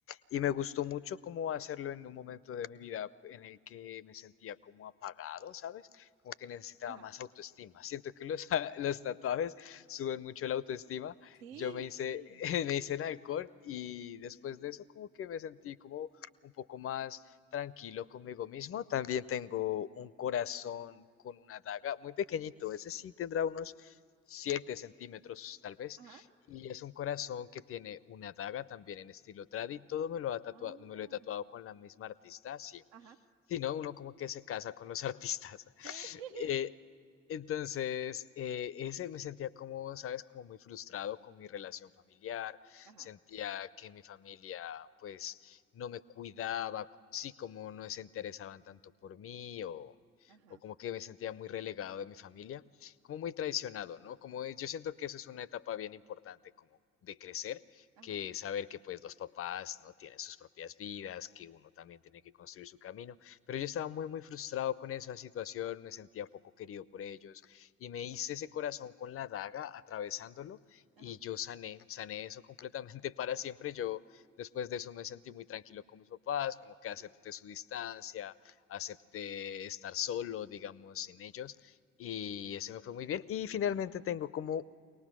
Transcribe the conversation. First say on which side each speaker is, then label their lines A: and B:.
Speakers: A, on the left (about 35°); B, on the right (about 70°).
A: y me gustó mucho cómo hacerlo en un momento de mi vida en el que me sentía como apagado, ¿sabes? Como que necesitaba
B: Ajá,
A: más autoestima. Siento que los, <laughs> los tatuajes suben mucho la autoestima.
B: Sí,
A: Yo me hice,
B: sí.
A: <laughs> me hice el halcón y después de eso como que me sentí como un poco más tranquilo conmigo mismo. También tengo un corazón con una daga, muy pequeñito, ese sí tendrá unos 7 centímetros tal vez.
B: ajá,
A: Y es un corazón que tiene una daga también en estilo tradi. Todo me lo ha tatuado,
B: Ah, mira.
A: me lo he tatuado con la misma artista, sí.
B: ajá,
A: Si no, uno como que se casa con los <laughs> artistas.
B: sí, <laughs>
A: Eh, entonces, eh, ese me sentía como, ¿sabes? Como muy frustrado con mi relación familiar,
B: ajá,
A: sentía que mi familia pues no me cuidaba, sí, como no se interesaban tanto por mí o,
B: ajá,
A: o como que me sentía muy relegado de mi familia, como muy traicionado, ¿no? Como es- yo siento que eso es una etapa bien importante como de crecer,
B: ajá,
A: que saber que pues los papás no tienen sus propias vidas, que uno también tiene que construir su camino pero yo estaba muy, muy frustrado con esa situación, me sentía poco querido por ellos y me hice ese corazón con la daga atravesándolo
B: ajá,
A: y yo sané, sané eso completamente <laughs> para siempre. Yo después de eso me sentí muy tranquilo con mis papás, como que
B: Sí.
A: acepté su distancia, acepté estar solo, digamos, sin ellos y ese me fue muy bien. Y finalmente tengo como